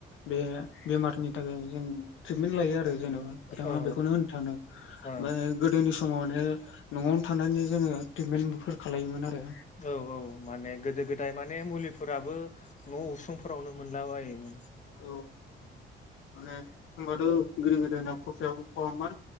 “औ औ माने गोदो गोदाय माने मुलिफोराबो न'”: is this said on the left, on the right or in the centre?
Left